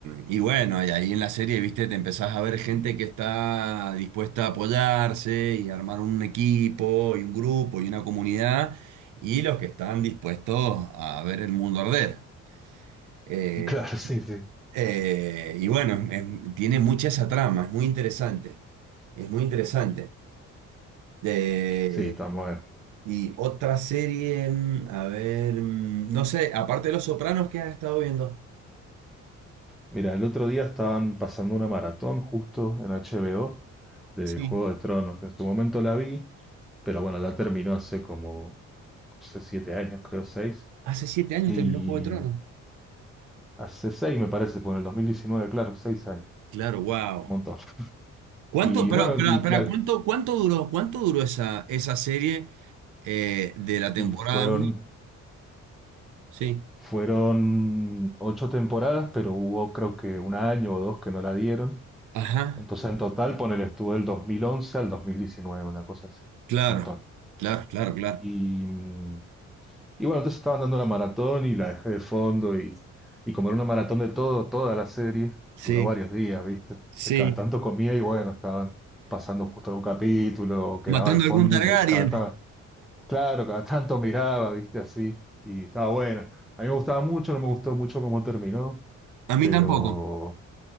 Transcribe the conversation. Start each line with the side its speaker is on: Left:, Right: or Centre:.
Right: y bueno, y ahí en la serie, viste, te empezás a ver gente que está dispuesta a apoyarse y armar un equipo y un grupo y una comunidad, y los que están dispuestos a ver el mundo arder. Eh,
Centre: claro, sí, sí.
Right: eh, y bueno, es- tiene mucha esa trama, es muy interesante, es muy interesante. Eh,
Centre: Sí, está buena.
Right: y otra serie, mm, a ver, mm, no sé, aparte de Los Sopranos, ¿qué has estado viendo?
Centre: Mira, el otro día estaban pasando una maratón justo en HBO de
Right: Sí.
Centre: Juego de Tronos, que en su momento la vi, pero bueno, la terminó hace como, no sé, siete años, creo, seis.
Right: Hace siete años
Centre: Y
Right: terminó Juego de Tronos.
Centre: hace seis, me parece, por el 2019, claro, seis años,
Right: Claro, wow.
Centre: un montón.
Right: ¿Cuánto,
Centre: Y
Right: pero,
Centre: bueno,
Right: pero,
Centre: y
Right: pero,
Centre: claro,
Right: ¿cuánto, cuánto duró, cuánto duró esa, esa serie eh, de la temporada?
Centre: y fueron
Right: uno? Sí.
Centre: Fueron ocho temporadas, pero hubo creo que un año o dos que no la dieron.
Right: Ajá.
Centre: Entonces en total, ponele, estuvo del 2011 al 2019, una cosa así, un
Right: Claro,
Centre: montón.
Right: claro, claro, claro.
Centre: Y, mm, y bueno, entonces estaban dando la maratón y la dejé de fondo y, y como era una maratón de todo, toda la serie,
Right: Sí,
Centre: duró varios días, ¿viste? Entonces
Right: sí.
Centre: cada tanto comía y bueno, estaban pasando justo algún capítulo o quedaba
Right: Matando
Centre: de fondo
Right: a algún Targaryen.
Centre: y mi- cada, ta- claro, cada tanto miraba, ¿viste? Así y estaba buena. A mí me gustaba mucho, no me gustó mucho cómo terminó.
Right: A mí
Centre: Pero
Right: tampoco.